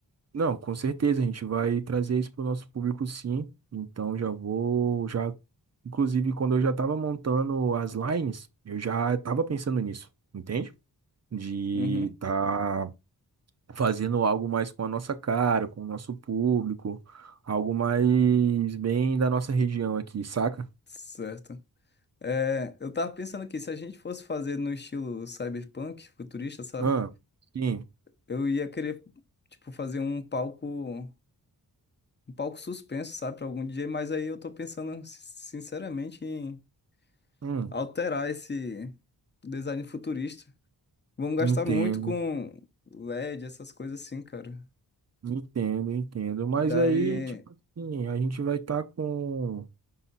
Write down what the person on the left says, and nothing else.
Uhum.
Certo. É, eu tava pensando aqui, se a gente fosse fazer no estilo cyberpunk, futurista, sabe?
Eu ia querer, tipo, fazer um palco, um palco suspenso, sabe, pra algum DJ, mas aí eu tô pensando, sinceramente, em
alterar esse design futurista. Vamos gastar
muito com LED, essas coisas assim, cara.
Daí,